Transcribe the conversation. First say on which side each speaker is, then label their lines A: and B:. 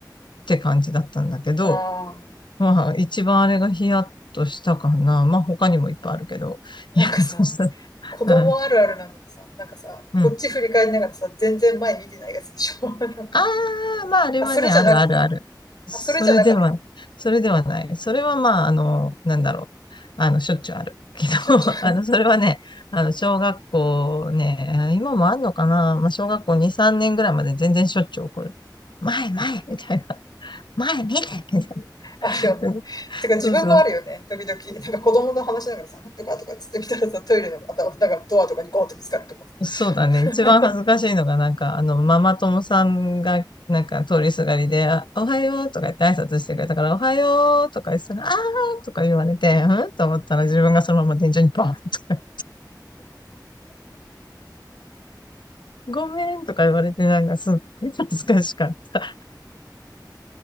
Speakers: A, on the left; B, on the left.
A: って感じだったんだけど、
B: ああ
A: まあ、一番あれがヒヤッとしたかな。まあ、他にもいっぱいあるけど、
B: なんかさ、
A: ヒヤッとした。
B: 子供あるあるなのがさ、
A: うん。
B: なんかさ、
A: うん
B: こっち振り返りながらさ、全然前見てないやつでしょ。<laughs> なんか、
A: ああ、まあ、あれはね、
B: あ、それじゃなくて。
A: あるあるある。それでは、
B: あ、それじゃなかったの。
A: それではない。それはまあ、あの、なんだろう。あの、しょっちゅうある。<laughs> けど、
B: しょっちゅう。
A: <laughs> あの、それはね、あの、小学校ね、今もあんのかなまあ、小学校2、3年ぐらいまで全然しょっちゅう起こる。前、前みたいな。前、見てみた
B: あるよね。
A: いな。<laughs>
B: てか自分もあるよね。
A: そうそう
B: 時々、なんか子供の話しながらさ、とかとかっつってみたらさ、トイレの、あと、なんかドアとかにゴーンってぶつかるとかさ。
A: そうだね。
B: <laughs>
A: 一番恥ずかしいのが、なんか、あの、ママ友さんが、なんか、通りすがりで、あおはようとか言って挨拶してくれたから、おはようとか言ってたら、あーとか言われて、うんと思ったら自分がそのまま天井にバーンとか、ごめんとか言われて、なんか、すっごい恥ずかしかったっ